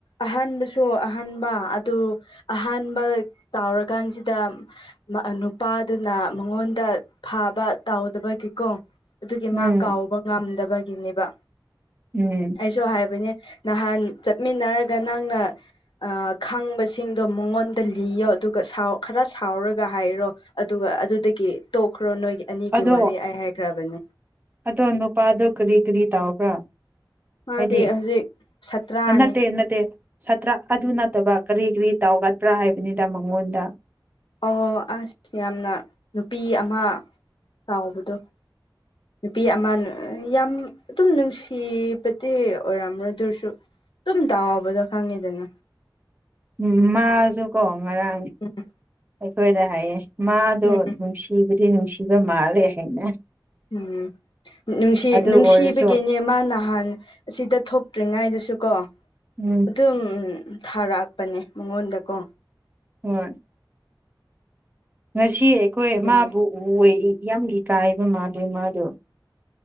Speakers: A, on the left; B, on the right.
A: ꯑꯍꯥꯟꯕꯁꯨ ꯑꯍꯥꯟꯕ ꯑꯗꯨ ꯑꯍꯥꯟꯕ ꯇꯥꯎꯔꯀꯥꯟꯁꯤꯗ ꯃꯥ ꯅꯨꯄꯥꯗꯨꯅ ꯃꯉꯣꯟꯗ ꯐꯥꯕ ꯇꯥꯎꯗꯕꯒꯤꯀꯣ ꯑꯗꯨꯒꯤ
B: ꯎꯝ
A: ꯃꯥ ꯀꯥꯎꯕ ꯉꯝꯗꯕꯒꯤꯅꯦꯕ
B: ꯎꯝ
A: ꯑꯩꯁꯨ ꯍꯥꯏꯕꯅꯦ ꯅꯍꯥꯟ ꯆꯠꯃꯤꯟꯅꯔꯒ ꯅꯪꯅ ꯑꯥ ꯈꯪꯕꯁꯤꯡꯗꯣ ꯃꯉꯣꯟꯗ ꯂꯤꯌꯣ ꯑꯗꯨꯒ ꯁꯥꯎ ꯈꯔ ꯁꯥꯎꯔꯒ ꯍꯥꯏꯔꯣ ꯑꯗꯨꯒ ꯑꯗꯨꯗꯒꯤ ꯇꯣꯛꯈ꯭ꯔꯣ ꯅꯣꯏꯒꯤ ꯑꯅꯤꯒꯤ
B: ꯑꯗꯣ
A: ꯋꯥꯔꯤ ꯑꯩ ꯍꯥꯏꯈ꯭ꯔꯕꯅꯦ
B: ꯑꯗꯣ ꯅꯨꯄꯥꯗꯣ ꯀꯔꯤ ꯀꯔꯤ ꯇꯥꯎꯕ꯭ꯔꯥ
A: ꯃꯥꯗꯤ
B: ꯍꯥꯏꯗꯤ
A: ꯍꯧꯖꯤꯛ ꯁꯥꯇ꯭ꯔꯥꯅꯤ
B: ꯅꯠꯇꯦ ꯅꯠꯇꯦ ꯁꯥꯇ꯭ꯔ ꯑꯗꯨ ꯅꯠꯇꯕ ꯀꯔꯤ ꯀꯔꯤ ꯇꯧꯒꯠꯕ꯭ꯔꯥ ꯍꯥꯏꯕꯅꯤꯗ ꯃꯉꯣꯟꯗ
A: ꯑꯣ ꯑꯁ ꯌꯥꯝꯅ ꯅꯨꯄꯤ ꯑꯃ ꯇꯥꯎꯕꯗꯣ ꯅꯨꯄꯤ ꯑꯃ ꯌꯥꯝ ꯑꯗꯨꯝ ꯅꯨꯡꯁꯤꯕꯗꯤ ꯑꯣꯏꯔꯝꯃ꯭ꯔ ꯑꯗꯨꯔꯁꯨ ꯑꯗꯨꯝ ꯇꯥꯎꯕꯗꯣ ꯈꯪꯉꯤꯗꯅ
B: ꯎꯝ ꯃꯥꯁꯨꯀꯣ ꯉꯔꯥꯡ
A: ꯎꯝ
B: ꯑꯩꯈꯣꯏꯗ ꯍꯥꯏꯌꯦ ꯃꯥꯗꯣ
A: ꯎꯝ
B: ꯅꯨꯡꯁꯤꯕꯗꯤ ꯅꯨꯡꯁꯤꯕ ꯃꯥꯜꯂꯦ ꯍꯥꯏꯅ
A: ꯎꯝ ꯅꯨꯡꯁꯤ
B: ꯑꯗꯨ
A: ꯅꯨꯡꯁꯤꯕꯒꯤꯅꯦ
B: ꯑꯣꯏꯔꯁꯨ
A: ꯃꯥ ꯅꯍꯥꯟ ꯑꯁꯤꯗ ꯊꯣꯛꯇ꯭ꯔꯤꯉꯥꯏꯗꯁꯨ ꯀꯣ
B: ꯎꯝ
A: ꯑꯗꯨꯝ ꯊꯥꯔꯛꯄꯅꯦ ꯃꯉꯣꯟꯗꯀꯣ
B: ꯍꯣꯏ ꯉꯁꯤ ꯑꯩꯈꯣꯏ
A: ꯑꯗꯨꯒꯤ
B: ꯃꯥꯕꯨ ꯎ ꯎꯋꯦ ꯌꯥꯝ ꯏꯀꯥꯏꯕ ꯃꯥꯜꯂꯦ ꯃꯥꯗꯣ